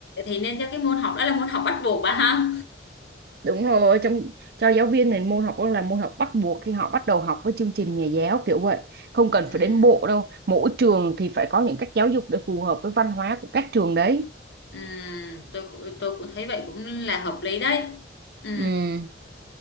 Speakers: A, on the left; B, on the right.
A: thì nên cho cái môn học đó là môn học bắt buộc bà ha
B: đúng rồi trong cho giáo viên này môn học đó là môn học bắt buộc khi họ bắt đầu học với chương trình nhà giáo kiểu vậy không cần
A: ừ,
B: phải đến bộ đâu mỗi trường thì phải có những cách giáo dục để phù hợp với văn hóa của các trường đấy
A: ừ, tôi cũng- tôi cũng thấy vậy cũng là hợp lý đấy ừ,
B: ừ.